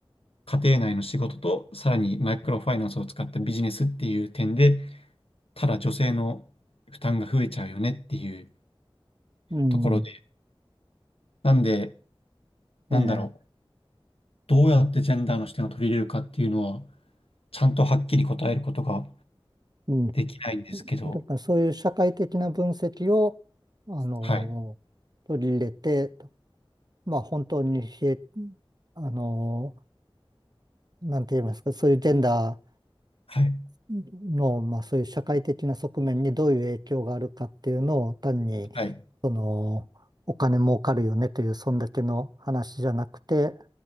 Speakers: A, on the left (about 85°); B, on the right (about 45°).
A: 家庭内の仕事と、さらにマイクロファイナンスを使ったビジネスっていう点で、ただ女性の負担が増えちゃうよねっていう
B: うん、
A: ところで、なんで、なんだろう、
B: ええ、
A: どうやってジェンダーの視点を取り入れるかっていうのは、ちゃんとはっきり答えることが
B: うん。
A: できないんですけど、
B: だからそういう社会的な分析を、あの取り入れて、
A: はい、
B: まあ本当にひえ、あのなんて言いますか、そういうジェンダー、
A: はい、
B: の、まあ、そういう社会的な側面にどういう影響があるかっていうのを単に、
A: はい、
B: その、お金儲かるよねという、そんだけの話じゃなくて、